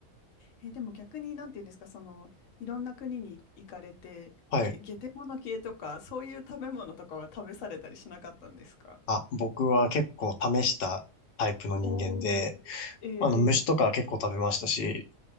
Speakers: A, on the left; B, on the left.
A: えでも逆に、なんていうんですか、その、いろんな国に行かれて、
B: はい。
A: ゲ、ゲテモノ系とか、そういう食べ物とかは食べされたりしなかったんですか
B: あ、僕は結構試したタイプの人間で、
A: おーえええー
B: あの、虫とか結構食べましたし、